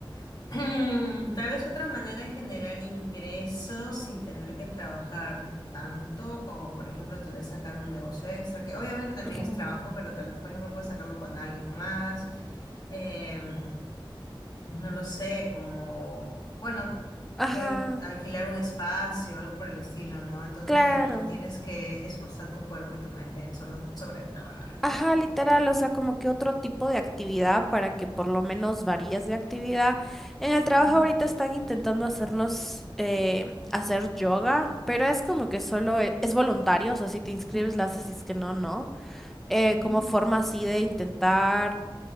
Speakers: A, on the left; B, in the centre.
A: <clears throat> Tal vez otra manera de generar ingresos sin tener que trabajar tanto, como por ejemplo tal vez sacar un negocio extra, que obviamente también
B: ujú.
A: es trabajo, pero tal, por ejemplo puedes sacarlo con alguien más, em, no lo sé, como, bueno,
B: Ajá,
A: eh, alquilar un espacio, algo por el estilo, ¿no? Entonces
B: Claro.
A: ya no tienes que esforzar tu cuerpo y tu mente en solo sobre trabajar.
B: Ajá, literal, o sea, como que otro tipo de actividad para que por lo menos varíes de actividad. En el trabajo
A: Ujú.
B: ahorita están intentando hacernos eh, hacer yoga, pero es como que solo e- es, voluntario, o sea, si te inscribes la haces, si es que no, no. Eh,
A: Ujú.
B: como forma así de intentar